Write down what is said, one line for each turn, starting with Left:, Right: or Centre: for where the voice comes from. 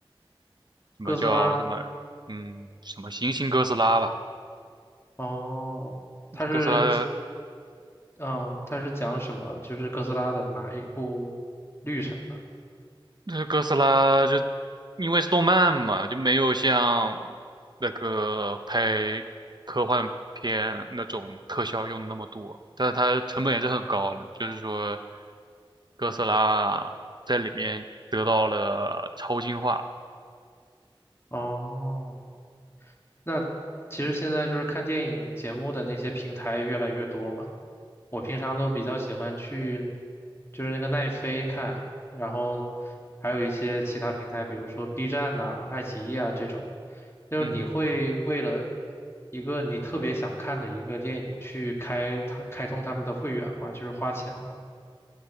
Right: 什么叫什么嗯什么行星哥斯拉吧。
Left: 哥斯拉，哦。它是
Right: 就哥斯拉的，
Left: 嗯，它是讲什么？就是哥斯拉的哪一部绿神的？
Right: 就是哥斯拉就因为是动漫嘛，就没有像那个拍科幻片那种特效用的那么多，但是它成本也是很高的，就是说哥斯拉在里面得到了超进化。
Left: 哦，那其实现在就是看电影节目的那些平台越来越多嘛。我平常都比较喜欢去，就是那个奈飞看，然后还有一些其他平台，比如说 B 站呐、爱奇艺啊这种。就是你会为了
Right: 嗯，
Left: 一个你特别想看的一个电影去开它开通他们的会员吗？就是花钱吗？